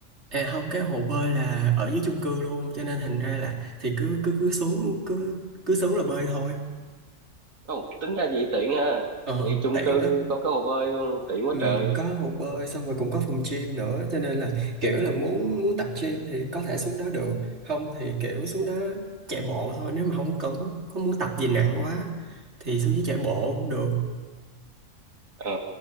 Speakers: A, on the right; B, on the right.
A: à không cái hồ bơi là ở dưới chung cư luôn cho nên thành ra là thì cứ cứ cứ xuống cứ cứ xuống là bơi thôi
B: không tính ra vậy tiện ha
A: Ờ,
B: thì chung
A: tiện
B: cư
A: lắm.
B: có cái hồ bơi luôn, tiện quá
A: Ừ,
B: trời
A: có hồ bơi xong rồi cũng có phòng gym nữa cho nên là kiểu là muốn muốn tập gym thì có thể xuống đó được không thì kiểu xuống đó chạy bộ thôi nếu mà không cần không muốn tập gì nặng quá thì xuống dưới chạy bộ cũng được
B: ờ